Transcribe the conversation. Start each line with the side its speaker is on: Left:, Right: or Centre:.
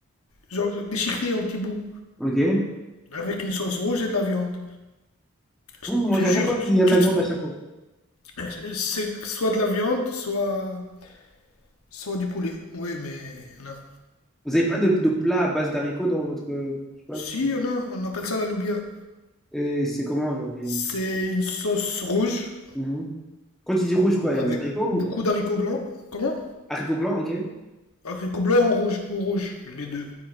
Left: genre déchiqueté en petits bouts,
Centre: Ok.
Left: avec une sauce rouge et de la viande.
Centre: Vous,
Left: Je
Centre: vous mangez
Left: te jure,
Centre: à chaque fois,
Left: tu,
Centre: il y a
Left: tu
Centre: de la viande
Left: te-
Centre: à chaque fois.
Left: <clears throat> c'est soit de la viande, soit, soit du poulet. Oui, mais non.
Centre: Vous n'avez pas de, de plat à base d'haricots dans votre. euh, je sais pas.
Left: Si, on a, on appelle ça la loubia.
Centre: Et c'est comment, genre? et-
Left: C'est une sauce rouge,
Centre: Mhm. Quand tu dis rouge, quoi,
Left: avec
Centre: il y a des haricots
Left: beaucoup
Centre: ou...
Left: d'haricots blancs. Comment?
Centre: Haricots blancs, ok. Ouais.
Left: Haricots blancs en rouge, ou rouge, les deux.